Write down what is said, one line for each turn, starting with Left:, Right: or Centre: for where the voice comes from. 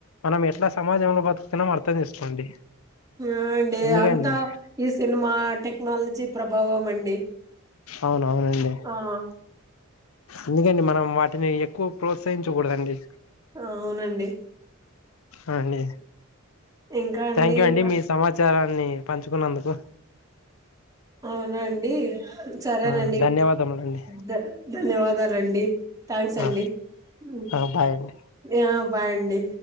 Left: మనం ఎట్లా సమాజంలో బతుకుతున్నామో అర్థం చేసుకోండి
Right: ఆ అండి
Left: అందుకే
Right: అంతా
Left: అండి
Right: ఈ సినిమా టెక్నాలజీ ప్రభావం అండి
Left: అవునవునండి
Right: ఆ!
Left: ఎందుకండి మనం వాటిని ఎక్కువ ప్రోత్సహించకూడదండి
Right: ఆ అవునండి
Left: అ అండి
Right: ఇంకా
Left: థ్యాంక్ యూ
Right: ఇంకా
Left: అండి మీ సమాచార న్ని పంచుకున్నందుకు
Right: అవునా అండి సరేనండి
Left: ఆ ధన్యవాదములండి
Right: ధ ధన్యవాదాలండి థ్యాంక్స్ అండి
Left: ఆ
Right: ఉ
Left: ఆ బాయ్ అండి
Right: మ్యా బాయండి